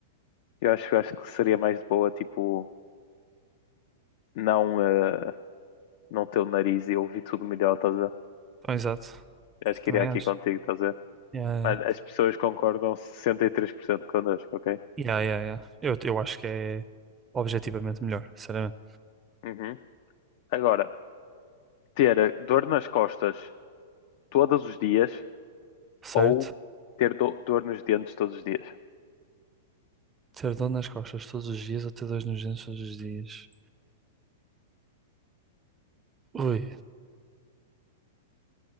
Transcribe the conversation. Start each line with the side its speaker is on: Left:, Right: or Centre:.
Left: Eu acho, eu acho que seria mais de boa, tipo, não, eh, não ter o nariz e ouvir tudo melhor, estás a ver?
Right: Ah, exato.
Left: Eu acho que
Right: Também
Left: iria aqui
Right: acho.
Left: contigo, estás a ver?
Right: Yeah, yeah.
Left: Mas As pessoas concordam 63% connosco, ok?
Right: Yeah, yeah, yeah. Eu, eu acho que é objetivamente melhor, sinceramente.
Left: Uhum. Agora, ter eh, dor nas costas todos os dias
Right: Certo?
Left: ou ter do- dor nos dentes todos os dias?
Right: Ter dor nas costas todos os dias ou ter dor nos dentes todos os dias? Ui,